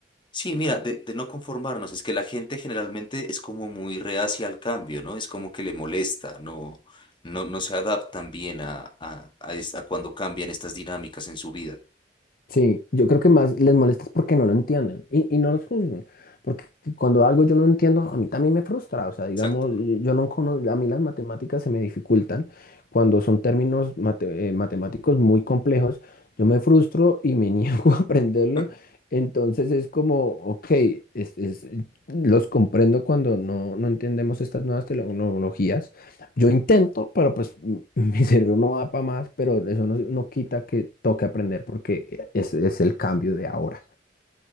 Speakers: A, on the left; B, on the left.
A: sí, mira, de, de no conformarnos. Es que la gente generalmente es como muy reacia al cambio, ¿no? Es como que le molesta, ¿no? No, no se adaptan bien a, a, a es- a cuando cambian estas dinámicas en su vida.
B: Sí, yo creo que más les molesta es porque no lo entienden y, y no los juzguen. Porque cuando algo yo no entiendo, a mí también me frustra. O sea, digamos,
A: Exacto.
B: yo yo no conozco, a mí las matemáticas se me dificultan cuando son términos mate- eh, matemáticos muy complejos. Yo me frustro y me <laughs> niego a aprenderlo.
A: <laughs>
B: Entonces es como, ok, es, es- los comprendo cuando no, no entendemos estas nuevas tecnologías yo intento, pero pues <laughs> m- mi cerebro no da para más, pero eso no, no quita que toque aprender porque es, es el cambio de ahora.